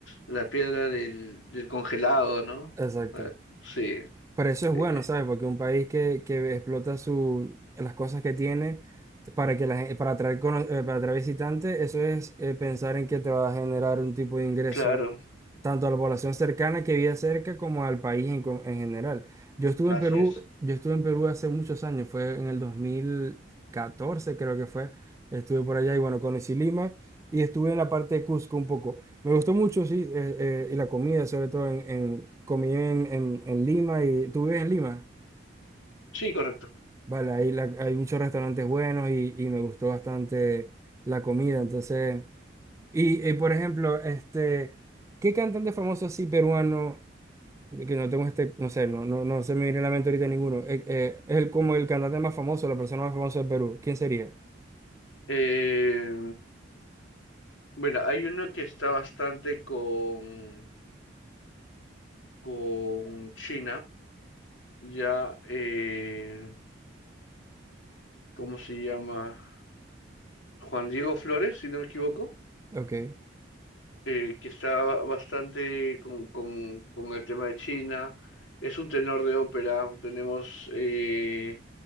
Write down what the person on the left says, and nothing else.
la piedra del, del congelado, ¿no?
Ah, sí,
eh,
claro,
así
es.
Sí, correcto.
Eh, bueno, hay uno que está bastante con, con China, ya. Eh, ¿cómo se llama? Juan Diego Flores, si no me equivoco,
eh, que está ba- bastante con, con, con el tema de China. Es un tenor de ópera. Tenemos, eh,